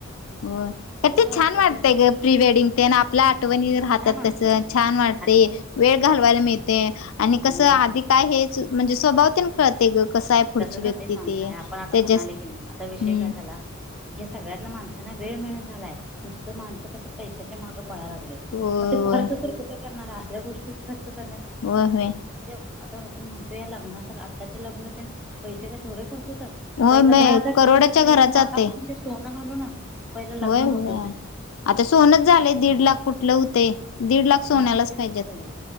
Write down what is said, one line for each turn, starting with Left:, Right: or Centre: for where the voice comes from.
Left: हो
Centre: होय
Left: का ते छान
Centre: आता
Left: वाटतय
Centre: तर
Left: ग प्री वेडिंग ते ना आपल्या आठवणी राहतात
Centre: छान वाटतंय
Left: तसं छान वा
Centre: आठवणी
Left: ते वेळ घालवायला मिळते आणि कस
Centre: होय
Left: आधी
Centre: होय
Left: काय हेच म्हणजे स्वभाव तेन कळते ग कसं आहे पुढची
Centre: तसं
Left: व्यक्ती
Centre: झाल सांगताय
Left: ते
Centre: आपण आता
Left: त्याच्यास
Centre: म्हणाले की नाही आता विषय
Left: हम्म
Centre: काय झाला हे सगळ्यात माणसांना वेळ मिळून झालाय नुसतं माणसं कसं पैशाच्या माग लाग
Left: होय
Centre: मग ते खर्च तर क करणार असल्या गोष्टी खर
Left: होय होय होय
Centre: आ आपण म्हणतो या लग्नास आताचे लग्न पैसे काय थोडे खर्च होतात पहिला
Left: होय बाई
Centre: दहा हजार
Left: करोडाच्या
Centre: वीस हजार
Left: घरात
Centre: एक
Left: जाते
Centre: लाखा सोनं घालू न पहिला लग्न
Left: होय होय
Centre: होत होते
Left: आता सोनच झालेय दीड लाख कुठलं होते दीड लाख सोन्यालाच
Centre: हा मग तेच
Left: पाहिजेत.
Centre: झालंय.